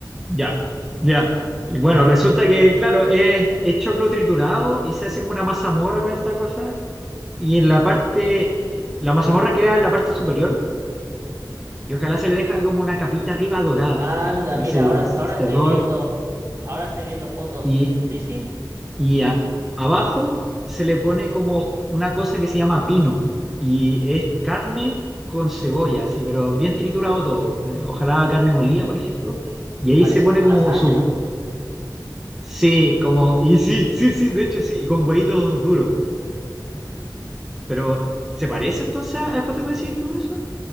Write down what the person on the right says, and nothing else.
Anda,
mira,
ahora, hasta
ahora estoy
viendo, ahora estoy viendo fotos.
Sí, sí,
parece
como
lasaña,
¿no?